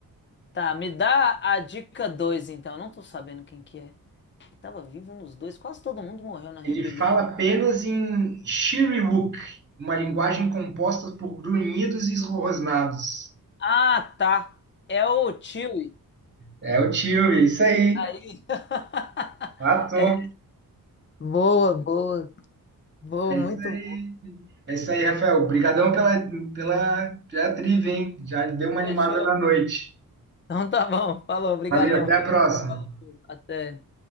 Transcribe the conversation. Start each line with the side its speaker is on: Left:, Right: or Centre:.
Left: Tá, me dá a dica 2, então. Eu Não tô sabendo quem que é. Tava vivo nos dois, quase todo mundo morreu na rebelião.
Right: Ele fala apenas em Shiriwook, uma linguagem composta por grunhidos e esrosnados.
Left: Ah, tá. É o Chewie.
Right: É o tio, isso aí.
Left: Aí. <laughs>
Right: Matou.
Left: É. Boa, boa, boa,
Right: É isso
Left: muito
Right: aí. É isso aí, Rafael. Obrigadão pela, pela, pela trivia, hein? Já deu uma animada
Left: Fechou.
Right: na noite.
Left: Então tá bom. Falou. Obrigadão,
Right: Valeu, até a
Left: filho.
Right: próxima.
Left: Falou. Até.